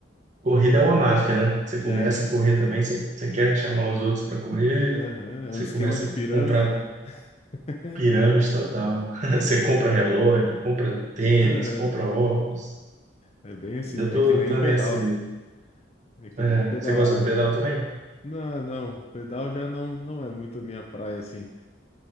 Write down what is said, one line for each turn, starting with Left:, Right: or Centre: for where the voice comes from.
Right: Corrida é uma máfia, né? Você começa
Left: É,
Right: a correr também, você, você quer chamar os outros para correr,
Left: aham, é
Right: você
Left: um esquema
Right: começa
Left: de pirâmide,
Right: a comprar
Left: né? <laughs>
Right: pirâmide total. <laughs> Você compra relógio, compra tênis,
Left: Aham,
Right: compra óculos.
Left: É bem assim,
Right: Eu
Left: é
Right: tô,
Left: que nem
Right: tô
Left: pedal,
Right: nessa aí.
Left: é que
Right: É,
Left: nem pedalar,
Right: você gosta do
Left: né?
Right: pedal também?
Left: Não, não, pedal já não, não é muito a minha praia, assim.